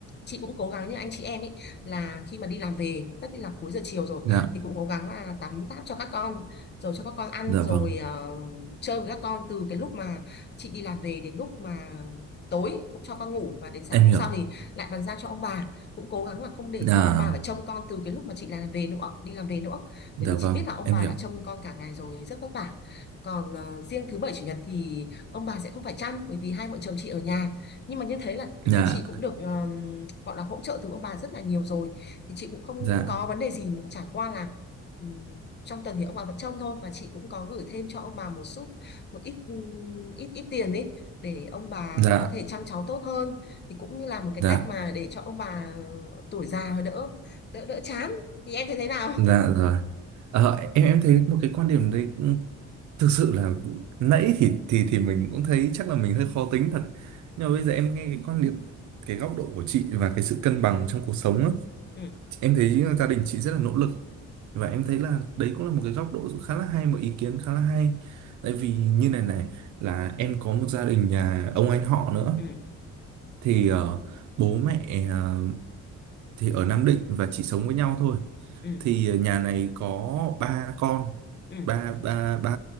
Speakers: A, on the left; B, on the right.
A: chị cũng cố gắng như anh chị em ấy là khi mà đi làm về tất nhiên là cuối giờ chiều rồi
B: dạ
A: thì cũng cố gắng là tắm táp cho các con rồi cho các con ăn
B: dạ
A: rồi
B: vâng
A: ờ, chơi với các con từ cái lúc mà chị đi làm về đến lúc mà tối cũng cho con ngủ và đến sáng
B: em
A: hôm
B: hiểu
A: sau thì lại bàn giao cho ông bà cũng cố gắng là không để
B: dạ
A: cho ông bà phải trông con từ cái lúc mà chị làm về nữa đi làm về nữa
B: dạ
A: bởi vì
B: vâng
A: chị biết là ông
B: em
A: bà
B: hiểu
A: đã trông con cả ngày rồi rất vất vả còn ờ, riêng thứ bảy chủ nhật thì ông bà sẽ không phải chăm bởi vì hai vợ chồng chị ở nhà nhưng mà như thế là nhà
B: dạ
A: chị cũng được ờm, gọi là hỗ trợ từ ông bà rất là nhiều rồi thì chị cũng không
B: dạ
A: có vấn đề gì nhưng mà chả qua là ừm, trong tuần thì ông bà vẫn trông thôi và chị cũng có gửi thêm cho ông bà một chút một ít ừm, ít ít tiền ấy để ông bà
B: dạ
A: có thể chăm cháu tốt hơn thì cũng như là một cái
B: dạ
A: cách mà để cho ông bà tuổi già đỡ đỡ đỡ chán thì em thấy thế nào
B: dạ rồi ờ, em em thấy một cái quan điểm đấy cũng thực sự là nãy thì thì thì mình cũng thấy chắc là mình hơi khó tính thật nhưng mà bây giờ em nghe cái quan điểm cái góc độ của chị và cái sự cân bằng trong cuộc sống á
A: <laughs> ừ
B: Em thấy gia đình chị rất là nỗ lực và em thấy là đấy cũng là một cái góc độ khá là hay một ý kiến khá là hay tại vì như này này là em có một gia đình nhà ông anh họ nữa
A: ừ
B: thì ờ, bố mẹ ờ, thì ở Nam Định và chỉ sống với nhau thôi
A: ừ
B: thì nhà này có ba con
A: ừ
B: ba ba ba